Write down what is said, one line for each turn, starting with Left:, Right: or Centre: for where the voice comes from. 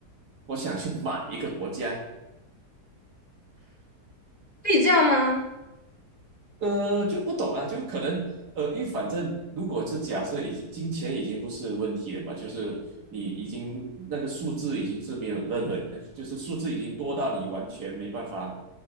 Right: 我想去买一个国家。
Left: 可以这样吗？
Right: 呃，就不懂啊，就可能呃，因为反正如果是假设已经金钱已经不是问题了嘛，就是你已经那个数字已经是没有任何，呃就是数字已经多到你完全没办法